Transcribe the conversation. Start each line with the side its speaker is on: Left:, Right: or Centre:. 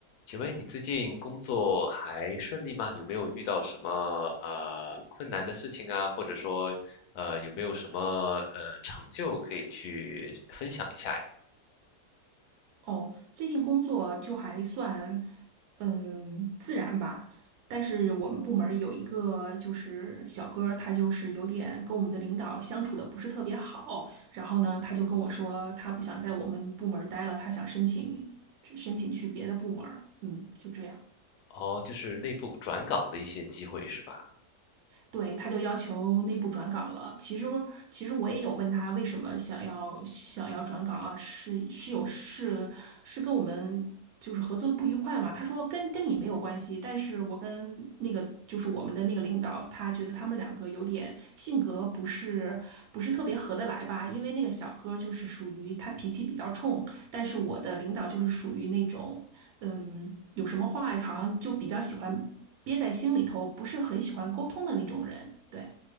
Left: 请问你最近工作还顺利吗？有没有遇到什么呃困难的事情啊？或者说呃有没有什么呃成就可以去分享一下呀？
Right: 哦，最近工作就还算，嗯，自然吧。但是我们部门儿有一个就是小哥儿他就是有点跟我们的领导相处的不是特别好。然后呢，他就跟我说，他不想在我们部门儿待了，他想申请申请去别的部门儿嗯，就这样。
Left: 哦，就是内部转岗的一些机会是吧？
Right: 对，他就要求内部转岗了。其实，其实我也有问他为什么想要想要转岗啊？是是有是是跟我们就是合作的不愉快嘛？他说跟跟你没有关系，但是我跟那个就是我们的那个领导，他觉得他们两个有点性格不是不是特别合得来吧？因为那个小哥就是属于他脾气比较冲，但是我的领导就是属于那种。嗯，有什么话好像就比较喜欢憋在心里头，不是很喜欢沟通的那种人。对，